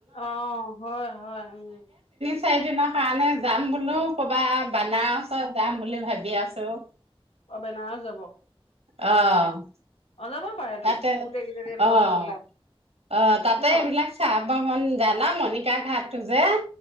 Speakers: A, on the left; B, on the right.
A: অ', হয়, হয়, উম।
B: চাৰিদিনৰ কাৰণে যাম বোলো ক'বা বানাৰচত যাম বুলি লি ভাবি আছোঁ
A: অ, বেনাৰচ যাব?
B: অ'
A: অ যাব পাৰেতো
B: তাতে,
A: গোটেই কেইজনী
B: অ',
A: লগ হৈ পেলাই
B: অ তাতে
A: ন
B: এইবিলাক চাব মন যায় ন মণিকা ঘাট টো যে